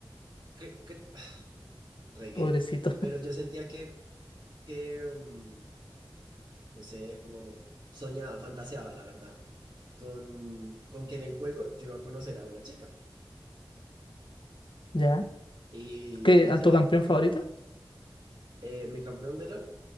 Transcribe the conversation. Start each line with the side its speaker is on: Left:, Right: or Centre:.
Right: que, que, <sighs> re gay.
Left: pobrecito.
Right: Pero yo sentía que que, mm, no sé, como soñaba, fantaseaba, la verdad, con, con que en el juego yo iba a conocer a una chica.
Left: ¿Ya?
Right: Y,
Left: ¿Qué,
Right: y
Left: a
Right: ya,
Left: tu campeón favorito?
Right: eh, mi campeón de LOL,